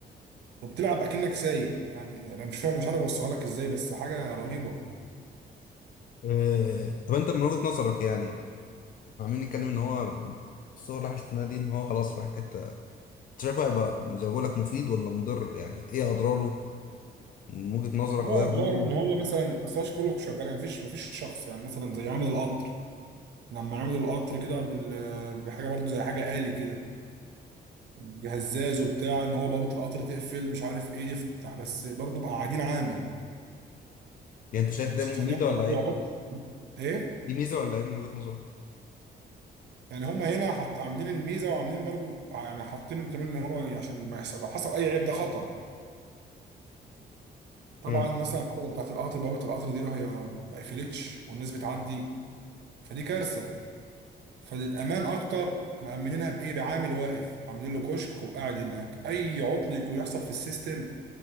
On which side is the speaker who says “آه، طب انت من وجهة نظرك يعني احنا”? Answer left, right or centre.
Left